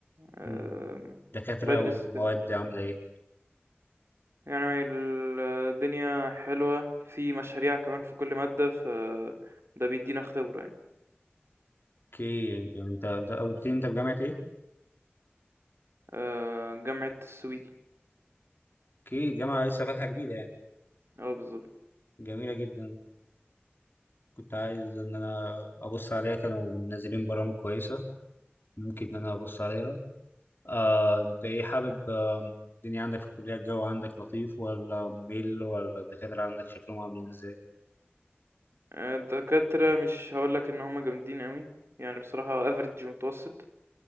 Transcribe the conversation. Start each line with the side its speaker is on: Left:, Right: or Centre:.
Right: آه
Left: أمم، الدكاتره
Right: بدرس
Left: والمواد
Right: كم-
Left: عامله ايه
Right: يعني الدنيا حلوة في مشاريع كمان في كل مادة ف ده بيدينا خبرة يعني
Left: اوكي يعني انت انت قلت لي انت في جامعه ايه
Right: آه جامعة السويدي
Left: اوكي جامعة لسه فاتحة جديدة يعني
Right: اه بالظبط
Left: جميلة جدا كنت عايز ان انا ابص عليها كانوا منزلين برامج كويسة ممكن ان انا ابص عليها آه، انت ايه حابب آه، الدنيا عندك في الكلية الجو عندك لطيف ولا ممل ولا الدكاترة عندك شكلهم عاملين ازاي
Right: الدكاترة مش هقولك ان هما جامدين قوي يعني بصراحة افريج ومتوسط